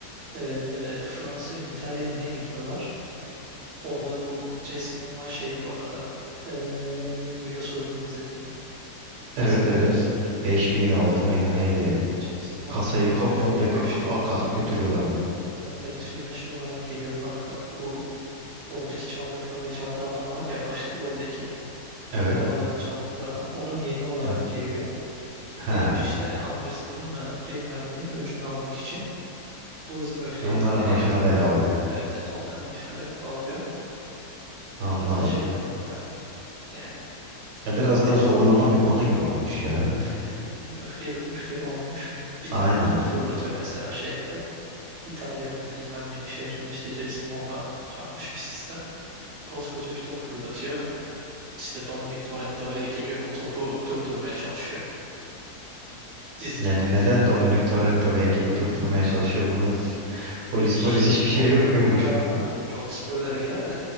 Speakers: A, on the right; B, on the right.
A: Ee, Fransa'ya mı İtalya'ya mı ne gidiyorlar? Orada bu Jason Momoa şey bu arada. Ee, Rio soygunu izledin. Kesin
B: Evet
A: izlemişsindir.
B: evet. 5 miydi 6 mıydı neydi?
A: Jason Momoa
B: Kasayı
A: şey
B: ka-
A: olarak
B: komple
A: geliyor
B: ka-
A: film
B: ka-
A: olarak.
B: kazıp götürüyorlardı.
A: Evet evet filme şey olarak geliyor kanka. Bu oradaki çaldığı parayı çaldığı adam var ya başta roldeki
B: Evet.
A: paralarını çaldıkları adam. Onun yeğeni olarak
B: Evet.
A: geliyor.
B: He.
A: Neymiş
B: Ya
A: işte amcasının mı bilmem neyin öcünü almak için bu Hızlı ve Öfkeli
B: Bunların
A: ekibin
B: başına bela oluyor.
A: evet evet onların başına bela alıyor.
B: Anladım.
A: Yani o da şey kanka yani
B: Ya Biraz
A: bela
B: da zorlama
A: alıyor bildiğin
B: bir konu gibi olmuş ya.
A: öfkeli bildiğin öfkeli ve öfkeli olmuş. Bir
B: Aynen.
A: tane top fırlatıyor mesela şehre. İtalya mı bilmem neyin bir şehrin işte Jason Momoa yapmış bir sistem koskoca bir top fırlatıyor. İşte Dominic Toretto ve ekibi o topu durdurmaya çalışıyor. Dizinin
B: Yani
A: özeti
B: neden
A: bu yani.
B: Dominic Toretto ve ekibi durdurmaya çalışıyor bunu? <laughs> Polis
A: Ha, şey
B: polis hiçbir
A: o
B: şey
A: kadar
B: yok
A: o
B: muymuş?
A: kadar anlatmayayım. Çok spoiler'a girer de.